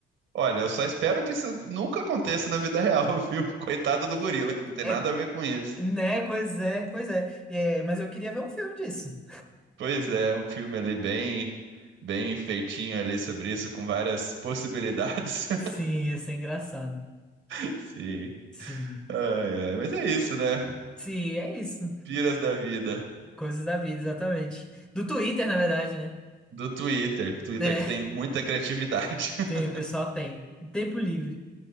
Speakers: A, on the right; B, in the centre.
A: Olha, eu só espero que isso nunca aconteça na vida real, <laughs> viu? Coitado do gorila, que não tem
B: É,
A: nada a ver com isso.
B: né? Pois é, pois é. É, mas eu queria ver um filme disso.
A: Pois é, um filme ali bem, bem feitinho ali sobre isso, com várias possibilidades.
B: Sim, ia ser engraçado.
A: <laughs> Sim.
B: Sim.
A: Ai, ai, mas é isso, né?
B: Sim, é isso.
A: Piras da vida.
B: Coisas da vida, exatamente. Do Twitter, na verdade, né?
A: do Twitter. Twitter
B: É,
A: que tem muita criatividade. <laughs>
B: Tem, o pessoal, tem. E tempo livre.